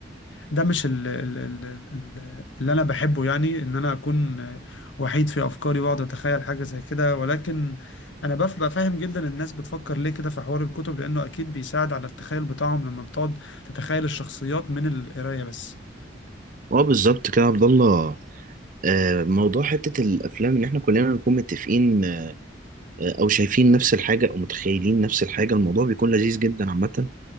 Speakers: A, on the left; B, on the right.
A: ده مش ال ال ال ال اللي انا بحبه يعني ان انا اكون وحيد في افكاري واقعد اتخيل حاجه زي كده ولكن انا بف- ببقى فاهم جدا الناس بتفكر ليه كده في حوار الكتب لانه اكيد بيساعد على التخيل بتاعهم لما بتقعد تتخيل الشخصيات من القرايه بس
B: اه بالظبط كده يا عبد الله آه، موضوع حتة الأفلام اللي احنا كلنا نكون متفقين آه، أو شايفين نفس الحاجة أو متخيلين نفس الحاجة الموضوع بيكون لذيذ جدا عامة